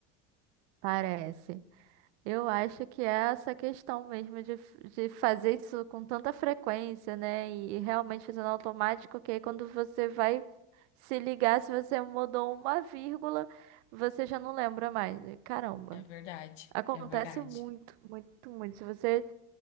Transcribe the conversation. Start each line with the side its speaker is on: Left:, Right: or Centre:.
Right: Parece. Eu acho que é essa questão mesmo de, f- de fazer isso com tanta frequência, né? E realmente fazendo automático, que aí quando você vai se ligar, se você mudou uma vírgula, você já não lembra mais. E, Caramba,
Left: É verdade,
Right: acontece
Left: é verdade.
Right: muito, muito, muito. Se você